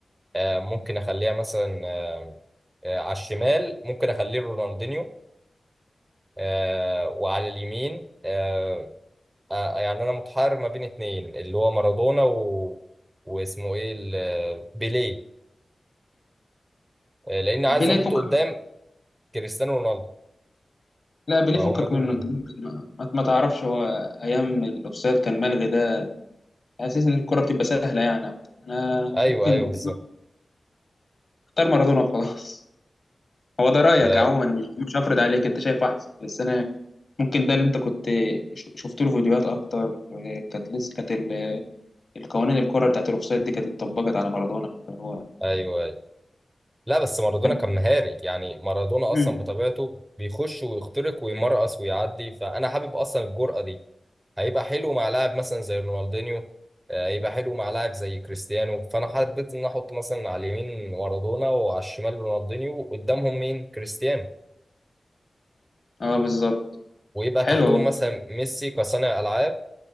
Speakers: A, on the right; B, on the left.
A: آه، ممكن اخليها مثلا آه، آه، على الشمال ممكن اخليه رونالدينيو آه وعلى اليمين آه آه يعني انا متحير ما بين اتنين اللي هو مارادونا و... واسمه ايه ال- آه، بيليه آه لان عايز
B: بيلاقي
A: احطه
B: فكك
A: قدام كريستيانو رونالدو
B: لا بيليه
A: فهم
B: فكك
A: دول
B: منه
A: اللي...
B: انت ما, ما تعرفش هو ايام الاوفسايد كان ملغي ده حاسس ان الكرة بتبقى سهلة يعني اكتر انا
A: ايوه
B: ممكن
A: ايوه بالظبط
B: اختار مارادونا وخلاص <laughs> هو ده رأيك
A: آه،
B: عموما مش مش هفرض عليك انت شايف احسن بس انا ممكن ده اللي انت كنت ش- شفت له فيديوهات اكتر كانت لسه كانت ال- القوانين الكرة بتاعت الاوفسايد دي كانت اتطبقت على مارادونا فهو
A: ايوه ايوه لا بس مارادونا
B: كان
A: كان مهاري يعني مارادونا
B: مم.
A: اصلا بطبيعته بيخش ويخترق ويمرقص ويعدي فانا حابب اصلا الجرأة دي هيبقى حلو مع لاعب مثلا زي رونالدينيو آه، هيبقى حلو مع لاعب زي كريستيانو فانا حبيت ان احط مثلا على اليمين مارادونا وعلى الشمال رونالدينيو وقدامهم مين كريستيانو
B: اه بالظبط
A: ويبقى
B: حلوة
A: تحتهم
B: بقى.
A: مثلا ميسي كصانع العاب